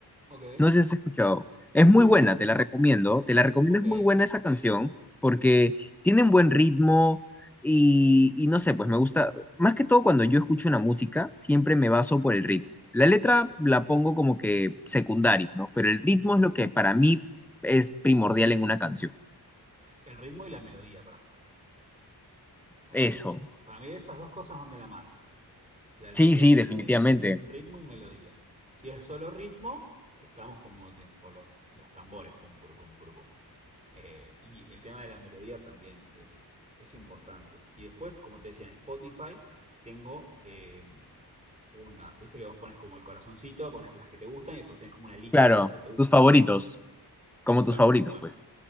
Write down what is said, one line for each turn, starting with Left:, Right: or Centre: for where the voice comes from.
Right: Ok.
Centre: No sé si has escuchado. Es muy
Right: No,
Centre: buena, te la recomiendo. Te la recomiendo,
Right: ok.
Centre: es muy buena esa canción porque tiene un buen ritmo y, y no sé, pues me gusta. Más que todo cuando yo escucho una música, siempre me baso por el ritmo. La letra la pongo como que secundario, ¿no? Pero el ritmo es lo que para mí es primordial en una canción.
Right: El ritmo y la melodía para mí también. O
Centre: Eso.
Right: sea, son. Para mí esas dos cosas son de la mano. La ri-
Centre: Sí,
Right: el
Centre: sí,
Right: ritmo
Centre: definitivamente.
Right: y, ritmo y melodía. Si es solo ritmo, estamos como de- tipo, lo- los tambores. Pum, puru, pum, puru, pum. Eh, y el tema de la melodía también es, es importante. Y después, como te decía, en Spotify tengo eh, una. Viste que vos pones como el corazoncito, pones las que te gustan y después tenés como una lista
Centre: Claro,
Right: de los que te gustan.
Centre: tus favoritos, como
Right: Exacto.
Centre: tus favoritos,
Right: Bueno.
Centre: pues.